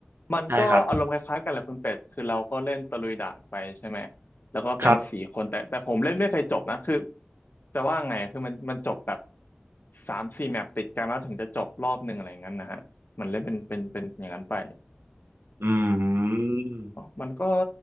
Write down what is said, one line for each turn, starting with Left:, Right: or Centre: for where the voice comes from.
Left: มันก็อารมณ์คล้ายๆกันแหละคุณเป็ดคือเราก็เล่นตะลุยด่านไปใช่ไหม
Right: ใช่ครับ
Left: แล้วก็เป็นสี่คนแต่แต่ผมเล่นไม่เคยจบนะคือ
Right: ครับ
Left: จะว่าไงอะคือมันมันจบแบบสามสี่แมปติดกันแล้วถึงจะจบรอบหนึ่งอะไรอย่างนั้นนะฮะมันเล่นเป็นเป็นเป็นอย่างนั้นไป
Right: อืม
Left: อ๋อมันก็